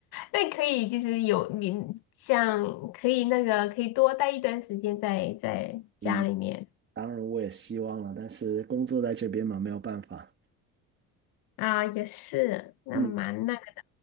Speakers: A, on the left (about 75°); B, on the right (about 35°).
A: 那可以，就是有你像可以那个可以多待一段时间在在家里面
B: 嗯，当然我也希望了，但是工作在这边嘛，没有办法。
A: 啊，也是，那蛮那。
B: 嗯，